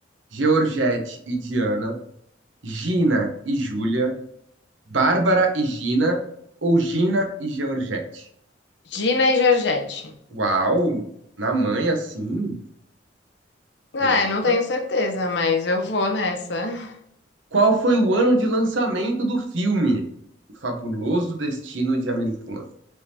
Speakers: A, on the right; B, on the left.
A: Georgette e Diana, Gina e Júlia, Bárbara e Gina ou Gina e Georgette?
B: Gina e Georgette.
A: Uau, na manha sim,
B: Ah,
A: beleza.
B: eu não tenho certeza, mas eu vou nessa. <laughs>
A: Qual foi o ano de lançamento do filme O Fabuloso Destino de Amélie Poulain?